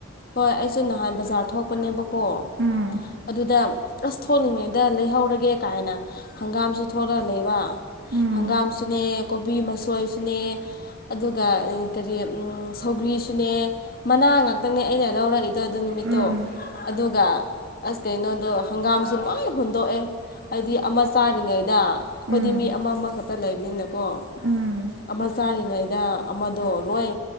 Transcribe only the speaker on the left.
ꯍꯣꯏ ꯑꯩꯁꯨ ꯅꯍꯥꯟ ꯕꯖꯥꯔ ꯊꯣꯛꯄꯅꯦꯕꯀꯣ
ꯑꯗꯨꯗ ꯑꯁ ꯊꯣꯛꯂꯤꯉꯩꯗ ꯂꯩꯍꯧꯔꯒꯦ ꯀꯥꯏꯅ ꯍꯪꯒꯥꯝꯁꯨ ꯊꯣꯛꯂ ꯂꯩꯕ
ꯍꯪꯒꯥꯝꯁꯨꯅꯦ ꯀꯣꯕꯤ ꯃꯁꯣꯏꯁꯨꯅꯦ ꯑꯗꯨꯒ ꯏ ꯀꯔꯤ ꯎꯝ ꯁꯧꯒ꯭ꯔꯤꯁꯨꯅꯦ ꯃꯅꯥ ꯉꯥꯛꯇꯪꯅꯦ ꯑꯩꯅ ꯂꯧꯔꯛꯏ ꯑꯗꯨ ꯅꯨꯃꯤꯠꯇꯣ
ꯑꯗꯨ ꯇ ꯑꯗꯨꯒ ꯑꯁ ꯀꯩꯅꯣꯗꯣ ꯍꯪꯒꯥꯝꯁꯨ ꯂꯣꯏꯟ ꯍꯨꯟꯗꯣꯛꯑꯦ ꯍꯥꯏꯗꯤ ꯑꯃꯁ ꯆꯥꯔꯤꯉꯩꯗ ꯑꯩꯈꯣꯏꯗꯤ
ꯃꯤ ꯑꯃ ꯑꯃꯈꯛꯇ ꯂꯩꯕꯅꯤꯅ ꯀꯣ
ꯑꯃ ꯆꯥꯔꯤꯉꯩꯗ ꯑꯃꯗꯣ ꯂꯣꯏ